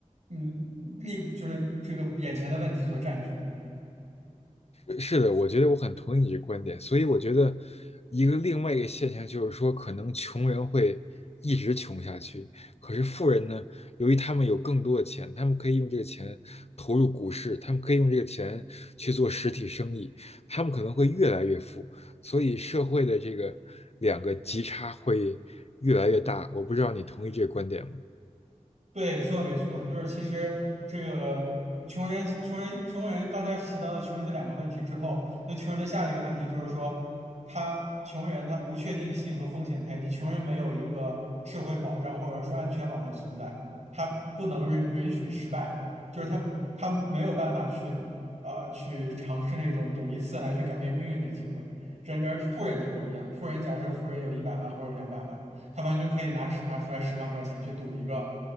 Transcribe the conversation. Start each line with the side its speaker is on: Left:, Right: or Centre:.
Right: 嗯利就是这个眼前的问题所占据。
Left: 是是的，我觉得我很同意你这个观点。所以我觉得一个另外一个现象就是说，可能穷人会一直穷下去，可是富人呢，由于他们有更多的钱，他们可以用这个钱投入股市，他们可以用这个钱去做实体生意，他们可能会越来越富。所以社会的这个两个极差会越来越大。我不知道你同意这个观点吗？
Right: 对，你说的没错，就是其实这个穷人、穷人、穷人，刚才提到的穷人的两个问题之后，那穷人的下一个问题就是说，他穷人他不确定性和风险太低，穷人没有一个社会保障或者说安全网的存在，他不能允允许失败，就是他他没有办法去呃去尝试那种赌一次来去改变命运的机会。然而富人就不一样，富人假设富人有一百万或者两百万。他完全可以拿拿出来十万块钱去赌一个。